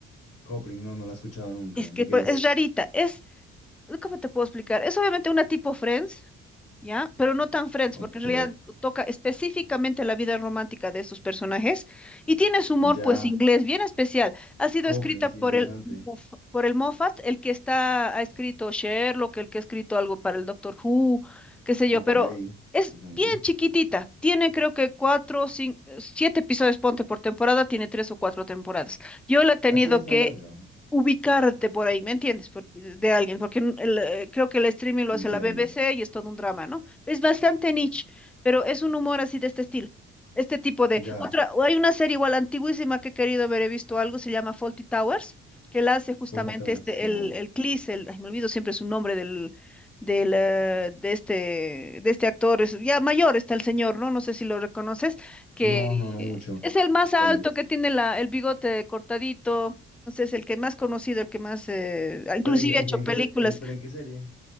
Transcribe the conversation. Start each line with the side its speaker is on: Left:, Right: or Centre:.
Left: Copling, no, no la he escuchado nunca.
Centre: Es que
Left: ¿De
Centre: pues,
Left: qué es?
Centre: es rarita, es ¿Cómo te puedo explicar? Es obviamente una tipo Friends, ¿ya? Pero no tan Friends,
Left: Ok,
Centre: porque en realidad toca específicamente la vida romántica de estos personajes y tiene su humor,
Left: ya.
Centre: pues, inglés bien especial. Ha sido
Left: Copling,
Centre: escrita
Left: qué
Centre: por
Left: interesante.
Centre: el, Moff- por el Moffat, el que está, ha escrito Sherlock, el que ha escrito algo para el Doctor Who, qué sé yo,
Left: Ok,
Centre: pero es
Left: interesante.
Centre: bien chiquitita. Tiene creo que cuatro, cinco, siete episodios, ponte por temporada, tiene tres o cuatro temporadas. Yo la he tenido
Left: Así no está
Centre: que
Left: larga.
Centre: ubicarte por ahí, ¿me entiendes? Porque, de alguien, porque n- el, eh, creo que el streaming lo
Left: Entiendo.
Centre: hace la BBC y es todo un drama, ¿no? Es bastante niche, pero es un humor así de este estilo. Este tipo de
Left: Ya.
Centre: otra, o hay una serie igual antiguísima que he querido haber he visto algo, se llama Fawlty Towers, que la hace justamente
Left: Fawlty Towers,
Centre: este,
Left: no.
Centre: el, el Cleese, el, ay, me olvido siempre su nombre del, del, eh, de este, de este actor, es, ya mayor está el señor, ¿no? No sé si lo reconoces, que
Left: No, no, no mucho.
Centre: es el más alto,
Left: ¿Cuál es?
Centre: que tiene la, el bigote cortadito, entonces, el que más conocido, el que más, eh, ah, inclusive
Left: ¿Pero en, en,
Centre: ha hecho
Left: qué- en
Centre: películas.
Left: qué, pe- en- pero en qué serie?